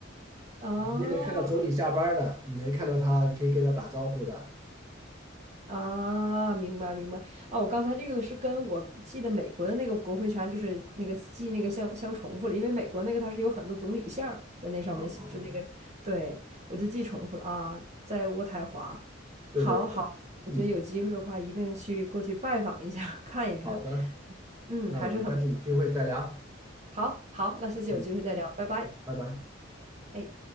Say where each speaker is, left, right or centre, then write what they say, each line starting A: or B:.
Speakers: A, on the right; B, on the right.
A: 啊
B: 啊，你也能看到总理下班儿的，你能看到他，你可以跟他打招呼的。
A: 啊，明白明白。哦，我刚才这个是跟我记得美国的那个国会山，就是那个记那个相相重复了，因为美国那个它是有很多总理像儿在那上面，
B: 哦，
A: 是那个，对，我就记重复了啊，在渥太华。
B: 对对对，
A: 好好，我觉得有机会的话，
B: 嗯，
A: 一定去过去拜访一下，<laughs> 看一看。
B: 好的，
A: 嗯，
B: 那我们下次有机会再聊。
A: 还是很漂亮。好好，那下次有机会再聊，
B: 嗯，
A: 拜拜。
B: 拜拜。
A: 哎。